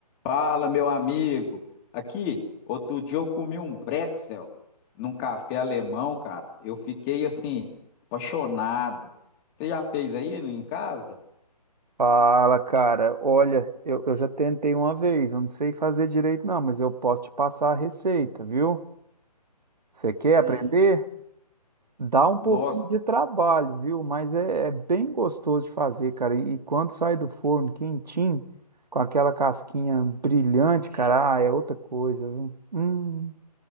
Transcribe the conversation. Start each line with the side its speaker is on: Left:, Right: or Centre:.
Left: Fala, meu amigo. Aqui, outro dia eu comi um bretzel num café alemão, cara. Eu fiquei assim, apaixonado. Você já fez aí em casa?
Right: Fala, cara. Olha, eu, eu já tentei uma vez, eu não sei fazer direito, não, mas eu posso te passar a receita, viu? Você quer
Left: Hum,
Right: aprender? Dá um pouquinho
Left: nossa,
Right: de trabalho, viu? Mas é, é bem gostoso de fazer, cara. E, e quando sai do forno quentinho, com aquela casquinha brilhante, cara, ah, é outra coisa, viu? Hum.